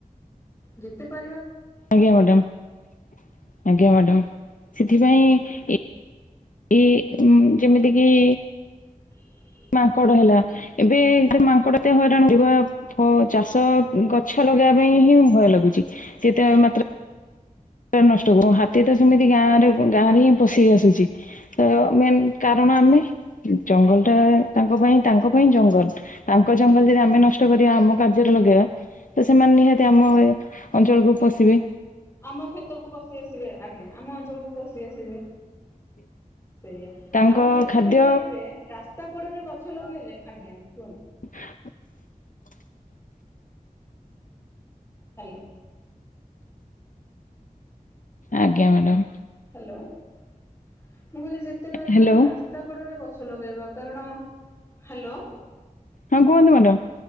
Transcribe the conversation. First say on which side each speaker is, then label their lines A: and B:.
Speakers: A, on the left (about 20°); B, on the left (about 65°).
A: ଯେତେ ପା
B: ଆଜ୍ଞା ମାଡ଼ାମ ଆଜ୍ଞା ମାଡ଼ାମ ସେଥିପାଇଁ ଏଇ ଉଁ ଯେମିତି କିି
A: <inaudible>
B: ମାଙ୍କଡ଼ ହେଲା ଏବେ ମାଙ୍କଡ଼ ଏତେ ହଇରାଣ କରିବା ଫ ଚାଷ ଗଛ ଲଗେଇବା ପାଇଁ ହିଁ ଭୟ ଲାଗୁଛି ସେତେ ମାତ୍ର ନଷ୍ଟ <unintelligible> ହାତୀ ତ ସେମିତି ଗାଁରେ ଗାଁରେ ହିଁ ପଶି ଆସୁଛି ତ ମେନ୍ କାରଣ ଆମେ ଜଙ୍ଗଲଟା ତାଙ୍କ ପାଇଁ ତାଙ୍କ ପାଇଁ ଜଙ୍ଗଲ ତାଙ୍କ ଜଙ୍ଗଲ ଯଦି ଆମେ ନଷ୍ଟ କରିବା ଆମ କାର୍ଯ୍ୟରେ ଲଗେଇବା ତ ସେମାନେ ନିହାତି ଆମ ଅଞ୍ଚଳକୁ ପଶିବେ
A: ଆମ କ୍ଷେତକୁ ପଶି ଆସିବେ ଆଜ୍ଞା ଆମ ଅଞ୍ଚଳକୁ ପସି ଆସିବେ ସେଇଆ
B: ତାଙ୍କ
A: ଆଉ ଯେତେ
B: ଖାଦ୍ୟ
A: ବି ପାରିବେ ରା ରାସ୍ତା କଡରେ ଗଛ ଲଗେଇଲେ ଆଜ୍ଞା କୁହନ୍ତୁ
B: <inaudible>
A: ହାଲୋ
B: ଆଜ୍ଞା ମ୍ୟାଡାମ
A: ହ୍ୟାଲୋ ମୁଁ କହିଲି ଯେତେ ପାରିବା
B: ହ୍ୟାଲୋ
A: ଆମେ ରାସ୍ତାକଡରେ ଗ <unintelligible> ଲଗାଇବା କାରଣ ହ୍ୟାଲୋ
B: ହଁ କୁହନ୍ତୁ ମାଡାମ୍